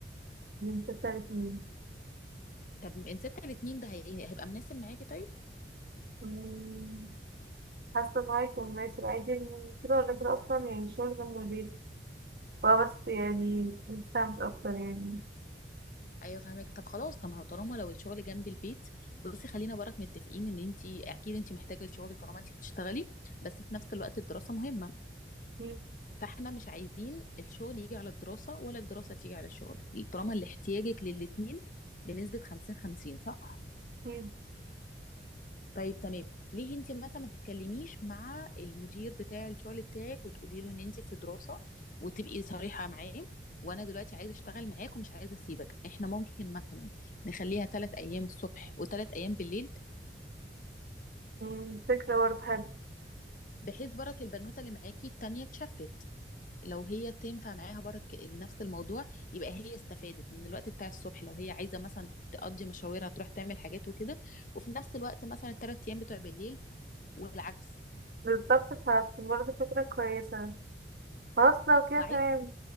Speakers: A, on the right (about 55°); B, on the left (about 45°).
A: من ستة لاتنين
B: طب ان ستة لاتنين ده هي... هيبقى مناسب معاكي طيب
A: مم، حاسة إن هو هيكون مناسب عادي إن كده ولا كده أصلا يعني الشغل جنب البيت هو بس يعني مستمتع مش أكتر يعني
B: ايوه فاهمك طب خلاص طب ما هو طالما لو الشغل جنب البيت بصي خلينا برك متفقين ان انت اكيد انت محتاجه الشغل طالما انت بتشتغلي بس في نفس الوقت الدراسه مهمه
A: في
B: فاحنا مش عايزين الشغل يجي على الدراسه ولا الدراسه تيجي على الشغل طالما اللي احتياجك للاتنين بنسبه 50 50 صح
A: في
B: طيب تمام ليه انت مثلا ما تتكلميش مع المدير بتاع الشغل بتاعك وتقولي له ان انت في دراسة وتبقي صريحة معاه وانا دلوقتي عايزه اشتغل معاك ومش عايزه اسيبك احنا ممكن مثلا نخليها ثلاث ايام الصبح وثلاث ايام بالليل
A: مم، فكرة برضه حلوة
B: بحيث برك البنوته اللي معاكي التانية اتشفت لو هي تنفع معاها برك نفس الموضوع يبقى هي استفادت من الوقت بتاع الصبح لو هي عايزه مثلا تقضي مشاورها تروح تعمل حاجات وكده وفي نفس الوقت مثلا الثلاث ايام بتوع بالليل والعكس
A: بالظبط فهتكون برضه فكرة كويسة خلاص لو كده
B: وعايز
A: تمام